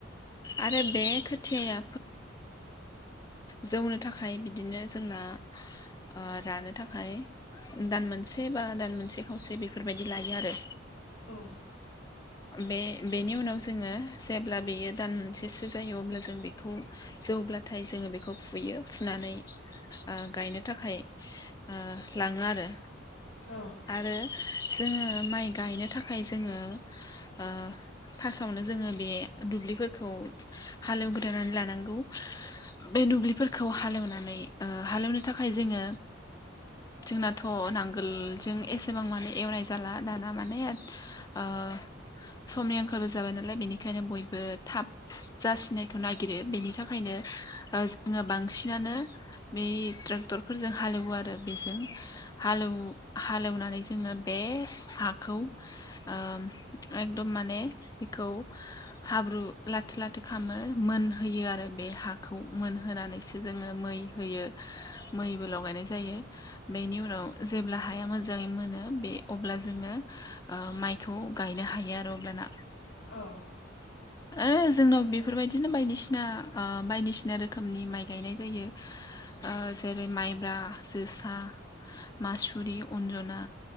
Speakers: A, on the left; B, on the left.
A: आरो बे खोथियाया जौनो थाखाय बिदिनो जोंना ओ रानो थाखाय दान मोनसे बा दान मोनसे खावसे बेफोरबायदि लायो आरो।
B: औ
A: बे बेनि उनाव जोङो जेब्ला बेयो दान मोनसेसो जायो अब्ला जों बे बे खौ जौब्लाथाय जोङो बेखौ फुयो। फुनानै ओ गायनो थाखाय ओ लाङो आरो।
B: औ
A: आरो जोङो माइ गायनो थाखाय जोङो ओ फार्स्टावनो जोङो बे दुब्लिफोरखौ हालेव गोदनानै लानांगौ। बे दुब्लिफोरखौ हालेवनानै ओ हालेवनो थाखाय जोङो जोंनाथ' नांगोल जों एसेबां माने एवनाय जाला दाना माने ओ समनि आंखालबो जाबाय नालाय बेनिखायनो बयबो थाब जासिनायखौ नागिरो बेनि थाखाय खायनो ओ जोङो बांसिनानो बे ट्रेक्टरफोरजों हालेवो आरो बेजों हालेव वनानै जोङो बे हाखौ ओ एकदम माने बेखौ हाब्रु लाथो लाथो खालामामो मोनहोयो आरो बे हाखौ मोनहोनानैसो जोङो मै होयो मैबो लगायनाय जायो बेनि उनाव जेब्ला हाया मोजाङै मोनो बे अब्ला जोङो ओ माइखौ गायनो हायो आरो अब्लाना।
B: औ
A: ओ जोंनाव बेफोरबायदिनो बायदिसिनाओ बायदिसिना रोखोमनि माइ गायनाय जायो। जायो ओ जेरै माइब्रा जोसा मास जुरि अन्जना